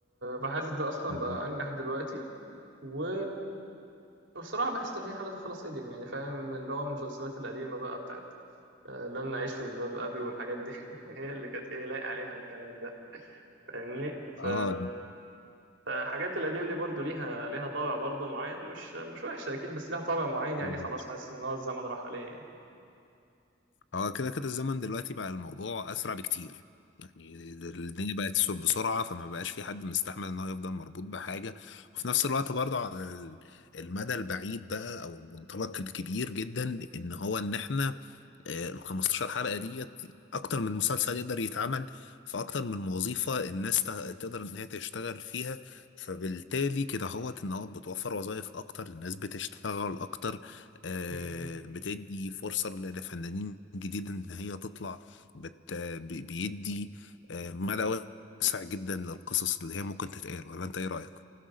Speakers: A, on the right; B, on the left.
A: فحاسس ده اصلا
B: جميل.
A: بقى انجح دلوقتي و وبصراحة بحس تلهي حالة ده خلاص قديم يعني فاهم اللي هو المسلسلات القديمة بقى بتاعت آه، لن أعيش في جلباب أبي والحاجات دي <laughs> هي اللي كانت إيه لايق عليها الكلام ده فاهمني
B: اه
A: ف... فالحاجات القديمة دي برضو ليها ليها طابع برضو معين مش مش وحشة أكيد بس ليها طابع معين يعني
B: بالظبط.
A: خلاص حاسس إن هو الزمن راح عليه يعني
B: اه كده كده الزمن دلوقتي بقى الموضوع اسرع بكتير يعني الدنيا بقت تسوق بسرعة فما بقاش في حد مستحمل ان هو يفضل مربوط بحاجة وفي نفس الوقت برضه على ال- المدى البعيد بقى او المنطلق الكبير جدا ان هو ان احنا آه، ال 15 حلقة ديت أكتر من مسلسل يقدر يتعمل في أكتر من وظيفة الناس ت- تقدر إن هي تشتغل فيها فبالتالي كده هوت إن هو بتوفر وظائف أكتر الناس بتشتغل أكتر آه،
A: مم.
B: بتدي فرصة ل- لفنانين جديد إن هي تطلع بت بي- بيدي آه، مدى واسع جدا للقصص اللي هي ممكن تتقال ولا أنت إيه رأيك؟